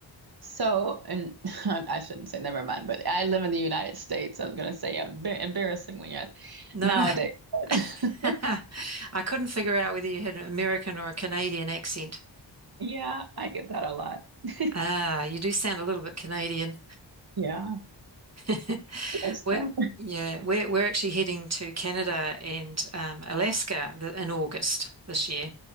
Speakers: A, on the right; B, on the right.
A: So, and <laughs> I shouldn't say never mind, but I live in the United States. I was going to say embar embarrassingly uh,
B: No,
A: nowadays. <laughs>
B: <laughs> I couldn't figure out whether you had an American or a Canadian accent.
A: Yeah, I get that a lot. <laughs>
B: Ah, you do sound a little bit Canadian.
A: Yeah,
B: <laughs>
A: there's
B: We're,
A: that.
B: yeah, we're we're actually heading to Canada and um, Alaska th- in August this year.